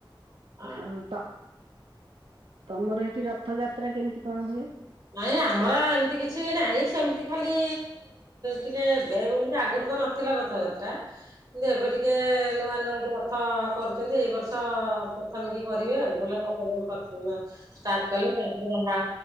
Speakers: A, on the right (about 45°); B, on the right (about 85°).
A: ହଁ।
B: ଆଉ ତ ତମର ଏଠି ରଥଯାତ୍ରା କେମିତି କଣ ହୁଏ?
A: ନାଇଁ ଆମର ଏମିତି କିଛି ନାହିଁ। ସେମିତି ଖାଲି ଟିକେ ଏବେ ବୋଲି କି ଆଗୁରୁ ତ ନଥିଲା। ଥିଲା ରଥଯାତ୍ରା। କିନ୍ତୁ ଏବେ ଟିକେ ନୂଆ ନୂଆ କି ରଥ କରୁଛନ୍ତି। ଏଇ ବର୍ଷ ପୋ ପ୍ରଥମି କି କରିବେ ଆଉ। <inaudible> ଷ୍ଟାର୍ଟ କଲେ ତାପରେ ଯାହା